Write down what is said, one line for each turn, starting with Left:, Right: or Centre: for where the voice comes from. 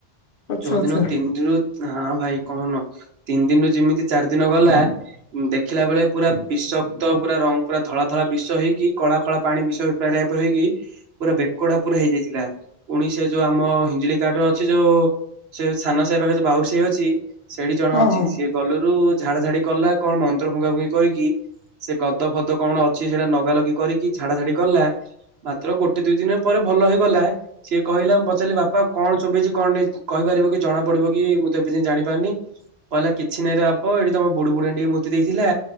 Left: ଆଚ୍ଛା
Right: ଯୋଉଦିନ
Left: ଆଚ୍ଛା
Right: ତିନି ଦିନିରୁ ହଁ ଭାଇ କହୁନ ତିନି ଦିନିରୁ ଯେମିତି ଚାରି ଦିନ ଗଲା ଦେଖିଲା ବେଳେ ପୁରା ବିଷକ୍ତ ପୁରା ରଙ୍ଗ ପୁରା ଧଳା ଧଳା ବିଷ ହେଇକି ସକାଳ ପାଣି ବିଷରେ <unintelligible> ପୁରା ବେକଟା ପୁରା ହେଇଯାଇଥିଲା। ପୁଣି ସେ ଯୋଉ ଆମ ହିଞ୍ଜୁଳି କାଟର ଅଛି ଯୋଉ ସେ ସାନ ସାହି ପାଖରେ ବାଉରୁ ସାହି ଅଛି ସେଇଠି ଜଣେ
Left: ହଁ
Right: ଅଛି
Left: ହଁ
Right: ସିଏ ଗଲୁରୁ ଝାଡା ଝାଡି କଲା କଣ ମନ୍ତ୍ର ଫୁଙ୍କା ଫୁଙ୍କୀ କରିକି ସେ ଗଦ ଫଦ କଣ ଅଛି ସେଇଟା ଲଗା ଲଗି କରିକି ଝାଡା ଝାଡି କଲା ମାତ୍ର ଗୋଟେ, ଦୁଇ ଦିନ ପରେ ଭଲ ହେଇଗଲା। ସିଏ କହିଲା ମୁଁ ପଚାରିଲି ବାପା କଣ ଚୋବେଇଚି କଣ ନାଇ କହିପାରିବ କି ଜଣା ପଡିବ କି ମୁଁ ତ ଏବେ ଯାଏଁ ଜାଣିପାରିନି। କହିଲା କିଛି ନାଇଁରେ ବାପ ଏଇଠି ତମ ବୁଡୁ ବୁଡିଆ ଟିକେ ମୁତି ଦେଇଥିଲା